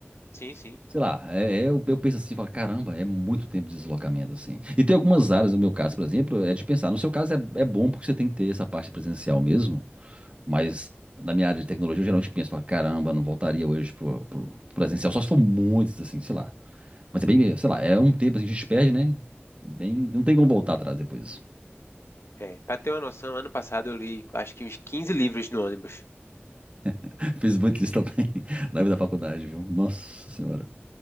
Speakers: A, on the left; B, on the right.
A: Sim, sim.
B: Sei lá, é, é- eu, eu penso assim, falo, caramba, é muito tempo de deslocamento, assim. E tem algumas áreas, no meu caso, por exemplo, é de pensar. No seu caso é, é bom porque você tem que ter essa parte presencial mesmo, mas na minha área de tecnologia eu geralmente penso, falo, caramba, não voltaria hoje pro, pro presencial, só se for muitos assim, sei lá. Mas é bem, sei lá, é um tempo assim, que a gente perde, né? Bem, não tem como voltar atrás depois.
A: É, para ter uma noção, ano passado eu li acho que uns 15 livros no ônibus.
B: <laughs> Fiz muito isso também <laughs> na vida da faculdade, viu? Nossa Senhora.